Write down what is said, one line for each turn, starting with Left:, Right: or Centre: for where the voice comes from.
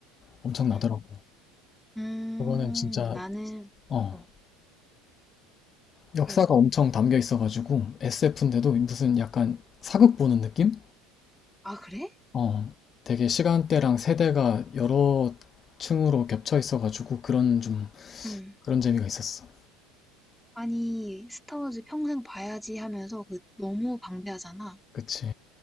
Left: 엄청나더라고.
Centre: 응. 음,
Left: 그거는 진짜
Centre: 나는
Left: 어
Centre: 어,
Left: 역사가
Centre: 그래서
Left: 엄청 담겨 있어가지고 SF인데도 무슨 약간 사극 보는 느낌?
Centre: 아, 그래?
Left: 어, 되게 시간대랑 세대가 여러 층으로 겹쳐 있어가지고 그런 좀
Centre: 응.
Left: 그런 재미가 있었어.
Centre: 아니, 스타워즈 평생 봐야지 하면서 그 너무 방대하잖아.
Left: 그치.